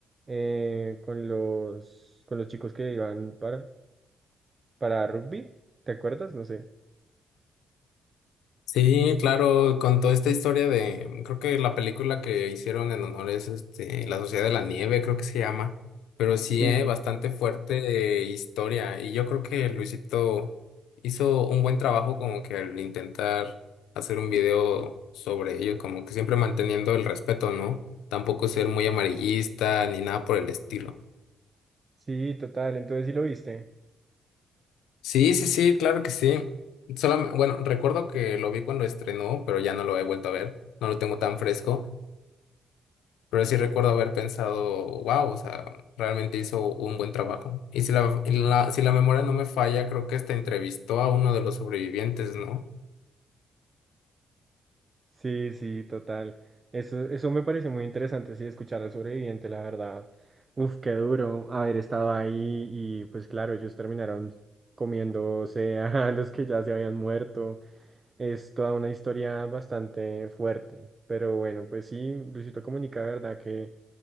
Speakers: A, on the right; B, on the left.
A: eh, con los, con los chicos que iban para, para rugby, ¿te acuerdas? No sé.
B: Sí, claro, con toda esta historia de, creo que la película que hicieron en honor es este, La Sociedad de la Nieve, creo que se llama, pero sí,
A: Sí,
B: eh, bastante fuerte eh, historia y yo creo que Luisito hizo un buen trabajo como que al intentar hacer un video sobre ello, como que siempre manteniendo el respeto, ¿no? Tampoco ser muy amarillista ni nada por el estilo.
A: sí, total, entonces sí lo viste.
B: Sí, sí, sí, claro que sí. Solam- bueno, recuerdo que lo vi cuando estrenó, pero ya no lo he vuelto a ver, no lo tengo tan fresco. Pero sí recuerdo haber pensado, wow, o sea, realmente hizo un buen trabajo. Y si la, y la- si la memoria no me falla, creo que hasta entrevistó a uno de los sobrevivientes, ¿no?
A: Sí, sí, total. Eso, eso me pareció muy interesante, sí, escuchar al sobreviviente, la verdad. Uf, qué duro haber estado ahí y pues claro, ellos terminaron comiéndose a <laughs> los que ya se habían muerto. Es toda una historia bastante fuerte, pero bueno, pues sí, Luisito Comunica, la verdad que